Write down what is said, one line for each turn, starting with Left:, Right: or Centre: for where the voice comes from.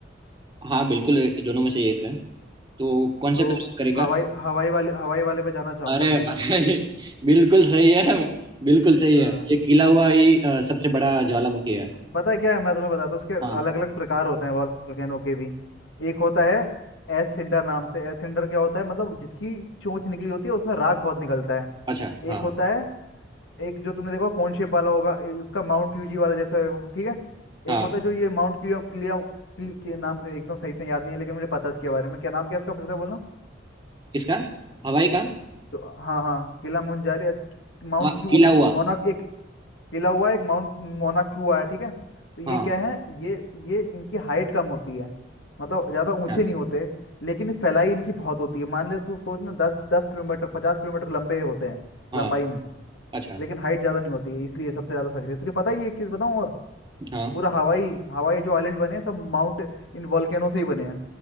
Right: हाँ बिल्कुल ये दोनों में से एक है तो कौन से
Left: तो
Right: पे lock करेगा
Left: हवाई हवाई वाले हवाई वाले पे जाना चाहूंगा
Right: अरे भाई <laughs> बिल्कुल सही है बिल्कुल सही
Left: हाँ
Right: है ये किला हुआ ही अ, सबसे बड़ा ज्वालामुखी है
Left: पता है क्या है मैं तुम्हें बताता हूँ उसके
Right: हाँ
Left: अलग अलग प्रकार होते हैं वॉल्केनो के भी एक होता है एसेंडर नाम से एसेंडर क्या होता है मतलब जिसकी चोंच निकली होती है उसमें राख बहुत निकलता है
Right: अच्छा हाँ
Left: एक होता है एक जो तुमने देखा कौन शेप वाला होगा ए- उसका माउंट फ्यूजी वाला जैसा है वो ठीक है
Right: हाँ
Left: एक होता है जो ये माउंट क्लिया क्लिया क्लि- के नाम के एकदम सही से याद नहीं है लेकिन मुझे पता है इसके बारे में क्या नाम क्या है इसका फिर से बोलना
Right: किसका हवाई का
Left: तो हाँ हाँ किला मुंजारी ऐसे- माउंट
Right: हाँ
Left: क्यू
Right: किला हुआ
Left: मोना एक किला हुआ है एक माउंट मोना क्यू आया ठीक है तो ये
Right: हाँ
Left: क्या है ये ये इनकी हाइट कम होती है मतलब ज्यादा ऊंचे
Right: हाँ
Left: नहीं होते लेकिन फैलाई इनकी बहुत होती है मान ले तू सोच ना दस दस किलोमीटर पचास किलोमीटर लंबे होते हैं
Right: हाँ
Left: लंबाई में
Right: अच्छा
Left: लेकिन हाइट ज्यादा नहीं होती है इसलिए सबसे ज्यादा सक्रिय तुझे पता ही है, एक चीज बताऊं और
Right: हाँ
Left: पूरा हवाई हवाई जो आइलैंड बने हैं सब माउंट इन वॉल्केनो से ही बने हैं